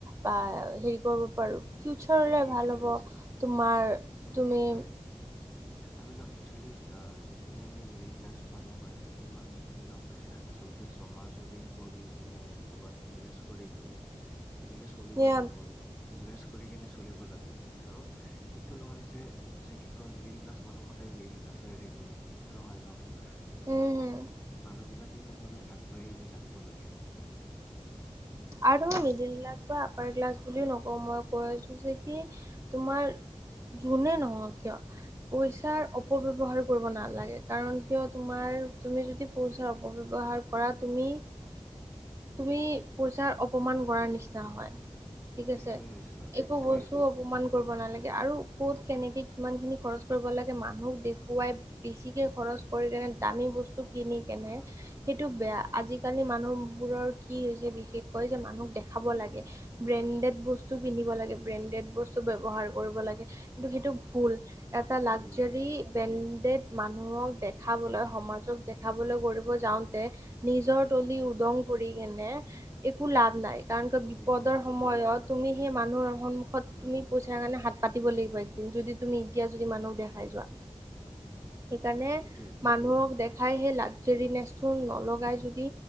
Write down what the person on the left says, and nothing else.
সেইটোৱে
হৈছে কথাটো।
আচলতে
সেইটোৱে আমি, ন' একচুৱেলি, যোনখিনি আমি, মিডল ক্লাছ মানুহ হয়, সেইখিনি মানুহখিনিয়ে, ন' আচলতে, জমা যদি কৰি কেনে, কৰ'ৰবাত ইনভেষ্ট কৰি কেনে, সনেকে চলিব
জানিব লাগে, ইনভেষ্ট কৰি কিনে চলিব জানিব লাগে। কাৰণ, এইটো নহয় যে, যে কি কয়, মিডল ক্লাছ মানুহ, সদায় মিডিল ক্লাছে হৈ থাকিব লাগে, সেইটো নহয় ন'। এতিয়াও,
মানুহ বিলাকে ক'বলে, আগবাঢ়ি জানিব লাগে।
<unintelligible>
সেইটোৱে হৈছে সেইটোৱে
হৈছে
কথা
উম উম উম উম
ভুল
হয় এইটো
যি একো লাভ
নাই
উম
উম
<unintelligible>
সেইটোৱে